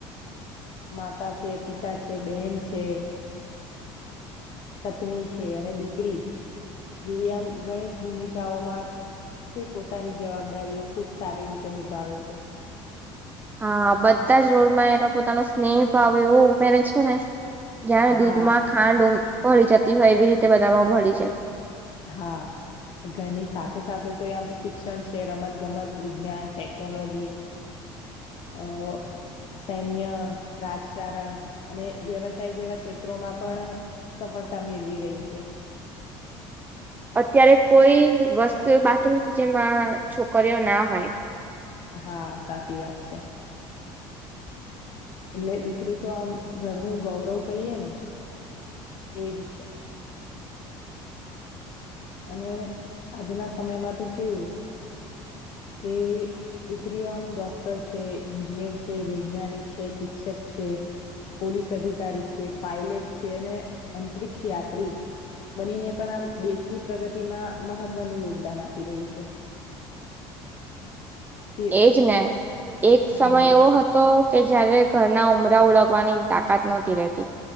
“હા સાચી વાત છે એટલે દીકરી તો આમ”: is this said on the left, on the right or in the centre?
Left